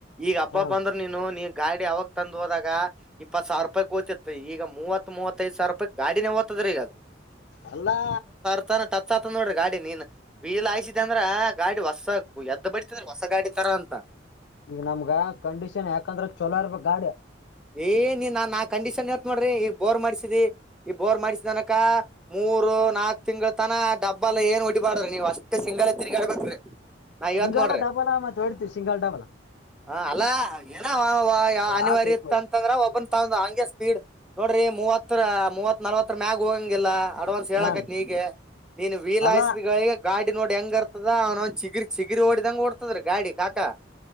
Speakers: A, in the centre; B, on the left (about 70°).
A: ಈಗ ಅಬಬ್ಬ
B: ಹಾ
A: ಅಂದ್ರರು ನೀನು ನೀ ಗಾಡಿ ಅವಾಗ ತಂದು ಹೋದಾಗ ಇಪ್ಪತ್ ಸಾವಿರ ರೂಪಾಯಿ ಹೋಗತಿತ್ತು ಈಗ ಮೂವತ್ ಮೂವತ್ತೈದ ಸಾವಿರ ರೂಪಾಯಿ ಗಾಡಿನ ಹೋಗತ್ ದ್ರ ಈಗದು
B: ಅಲ್ಲಾ
A: <unintelligible> ಟಚ್ ಆತದ್ ನೋಡ್ರಿ ಗಾಡಿ ನೀನ್ ವೀಲ್ ಆಯ್ಸಿದೆ ಅಂದ್ರ ಗಾಡಿ ಹೊಸಗ್ ಎದ್ ಬಿಡ್ತೀದ್ರ ಹೊಸ ಗಾಡಿ ತರಾ ಅಂತ
B: ಈಗ ನಮ್ಗ ಕಂಡೀಷನ್ ಯಾಕಂದ್ರೆ ಚೊಲೋ ಇರ್ಬೇಕ ಗಾಡಿ
A: ಏ ನೀನ್ ನಾನ್ ಆ ಕಂಡೀಷನ್ ಹೇಳತ್ ನೋಡ್ರಿ ಈ ಬೋರ್ ಮಾಡ್ಸಿದ್ರೀ ಈ ಬೋರ್ ಮಾಡ್ಸಿದಿ ಅನಕಾ ಮೂರು ನಾಕ್ ತಿಂಗಳ ತನ ಡಬ್ಬಲ್ ಏನ್ ಒಡೀಬಾರ್ದು ನೀವ್ ಅಷ್ಟೇ ಸಿಂಗಲ್ ತಿರಗಾಡ ಬೇಕರಿ ನಾ ಹೇಳತ್
B: ಸಿಂಗಲ್
A: ನೋಡ್ರಿ
B: ಡಬಲ್ ಮತ್ ಹೊಡಿತಿವಿ ಸಿಂಗಲ್ ಡಬಲ್
A: ಹ ಅಲ್ಲ ಏನೋ ಅನಿವಾರ್ಯ
B: ಆತ
A: ಇ ಅಂತಂದ್ರೆ ಒಬ್ಬನ್ ತ ಹಂಗೆ ಸ್ಪೀಡ್ ನೋಡ್ರಿ ಮೂವತ್ತ ಮೂವತ್ ನಲ್ವತ್ತರ ಮ್ಯಾಗ ಹೋಗಂಗಿಲ್ಲಾ ಅಡ್ವಾನ್ಸ್ ಹೇಳಾಕತಿ
B: ಹಾ
A: ಇಗೆ ನೀನ್ ವೀಲ್
B: ಅಲ್ಲ
A: ಯಾಸಿದಗ ಗಾಡಿ ನೋಡಿ ಹೆಂಗರ್ತದ ಅವನೊಂದ್ ಚಿಗರಿ ಚಿಗರಿ ಓಡ್ದಂಗ ಓಡ್ತದ ಗಾಡಿ ಕಾಕಾ